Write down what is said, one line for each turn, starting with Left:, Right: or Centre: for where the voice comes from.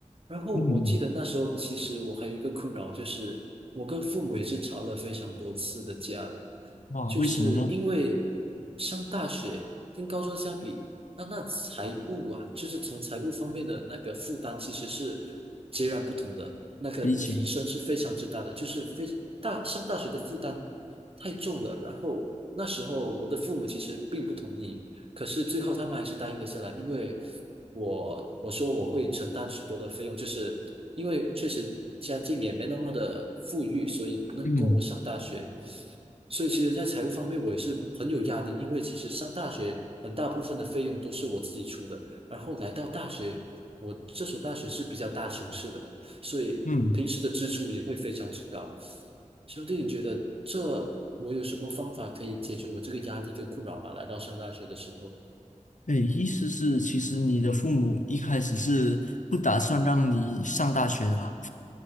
Right: 然后我记得那时候，
Left: 嗯，
Right: 其实我还有一个困扰，就是我跟父母也是吵了非常多次的架了，
Left: 哇，
Right: 就是因为上大学跟高中相比，
Left: 为什么呢？
Right: 那那财务啊，就是从财务方面的那个负担其实是截然不同的，那个提升是非常之大的，
Left: 理解，
Right: 就是非大上大学的负担太重了。然后那时候我的父母其实并不同意，可是最后他们还是答应了下来，因为我我说我会承担许多的费用，就是因为确实家境也没那么的富裕，所以不能供我上大学。
Left: 嗯
Right: 所以其实，在财务方面我也是很有压力，因为其实上大学很大部分的费用都是我自己出的，然后来到大学，我这所大学是比较大城市的吧，所以平时的支出也会非常之高。
Left: 嗯。
Right: 兄弟，你觉得这我有什么方法可以解决我这个压力跟困扰吗？来到上大学的时候。
Left: 对，意思是其实你的父母一开始是不打算让你上大学的啊